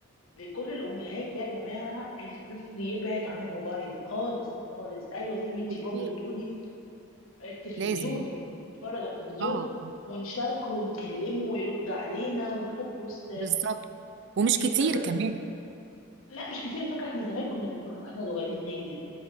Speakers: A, on the left; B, on the right.
A: لكل الأمهات يا جماعة الطفل يبعد عن الموبايل خالص خالص أيوة زي ما انت
B: بصي
A: برضو بتقولي التلفزيون
B: لازم
A: نتفرج على التلفزيون
B: اه
A: ونشاركه ونكلمه ويرد علينا ونحط وسط
B: بالظبط ومش
A: يعني
B: كتير
A: فاكرة
B: كمان
A: لا مش كتير فاكرة احنا زمان كنا بنروح واحنا صغيرين نادي